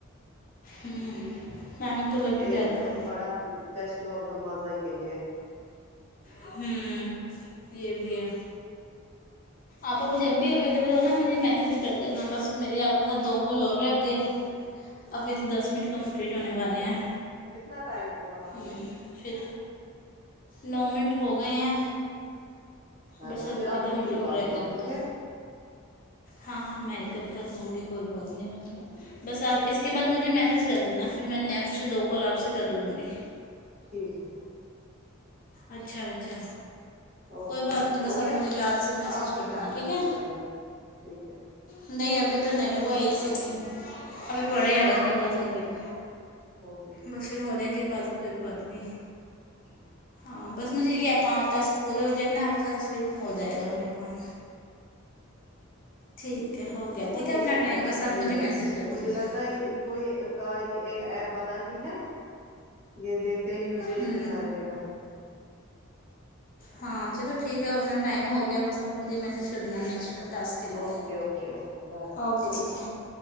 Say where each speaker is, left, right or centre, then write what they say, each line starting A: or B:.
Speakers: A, on the left; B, on the right.
A: ہمم ٹائم تو لگ ہی
B: ایک
A: جاتا ہے
B: بڑا فیسٹیول کے مزہ کے لیے
A: ہوں یہ بھی ہے آپ اب جب بھی اویلیبل رہنا مجھے میسج کر دینا بس میرے آپ کے ساتھ دو کال اور رہ گئے ابھی تو دس منٹ کمپلیٹ ہونے
B: ٹھیک
A: والے
B: ہے
A: ہیں
B: کتنا ٹائم ہوا
A: ام
B: ہمیں
A: پھر نو منٹ ہو گئے ہیں بس
B: اچھا
A: اب
B: پھر آپ
A: آدھا
B: خود
A: منٹ
B: ہی
A: اور
B: کاٹنا
A: رہ گیا اپ
B: ٹھیک
A: کا
B: ہے
A: ہاں ہاں میں ہی کٹ کر دوں گی کوئی بات نہیں ہوتا بس آپ اس کے بعد مجھے میسج کر دینا پھر میں نیکسٹ دو کال آپ سے کر لوں گی
B: ٹھیک ہے
A: اچھا اچھا
B: اوکے
A: کوئی بات نہیں بس
B: ہو
A: آپ
B: گیا
A: مجھے یاد سے میسج
B: آپ
A: کر
B: ہی
A: دینا
B: کرنا
A: ٹھیک ہے
B: ڈسکنیکٹ ٹھیک ہے
A: نہیں ابھی تو نہیں ہوا ہے ایک سیکنڈ ابھی پڑھے ہیں بس پندرہ سیکنڈ
B: اوکے اوکے
A: بس پھر ہونے کے بعد کوئی بات نہیں
B: <unintelligible>
A: ہاں بس
B: ٹھیک
A: مجھے یہ
B: ہے
A: پانچ ٹسک پورے ہو جائیں نا آپ کے ساتھ پھر ہو جائے گا میرا کام ٹھیک ہے ہو گیا
B: پتا
A: ٹھیک
B: نہیں
A: ہے اپنا
B: اس کا
A: ٹائم
B: کیا
A: بس آپ
B: ریزن
A: مجھے میسج
B: ہے
A: کر
B: مجھے
A: دینا
B: لگتا ہے ان کو یہ کا ایپ بنانی ہے یہ دیکھتے ہیں یوزیج
A: ہوں
B: کتنا رہے گا
A: ہاں چلو ٹھیک ہے وہ اپنا ٹائم ہو گیا بس آپ مجھے میسج کر دینا نیکسٹ کال ٹاسک کے لیے
B: okay okay okay bye
A: okay ٹھیک ہے